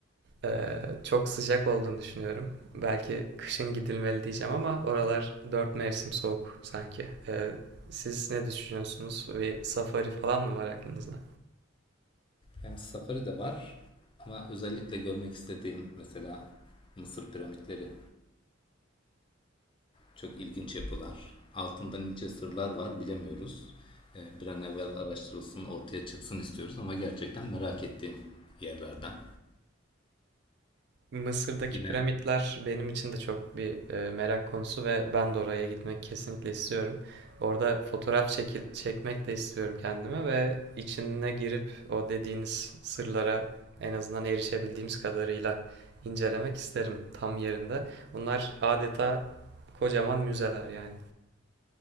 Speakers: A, on the right (about 55°); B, on the left (about 25°).
A: e, çok sıcak olduğunu düşünüyorum. Belki kışın gidilmeli diyeceğim ama oralar dört mevsim soğuk sanki. E, siz ne düşünüyorsunuz? Bir safari falan mı var aklınızda?
B: Hem safari de var ama özellikle görmek istediğim mesela Mısır piramitleri çok ilginç yapılar. Altında nice sırlar var bilemiyoruz. E, bir an evvel araştırılsın ortaya çıksın istiyoruz ama gerçekten merak ettiğim yerlerden.
A: Mısır'daki
B: Yine
A: piramitler benim için de çok bir e, merak konusu ve ben de oraya gitmek kesinlikle istiyorum. Orada fotoğraf çekil çekmek de istiyorum kendime ve içine girip o dediğiniz sırlara en azından erişebildiğimiz kadarıyla incelemek isterim tam yerinde. Bunlar adeta kocaman müzeler yani.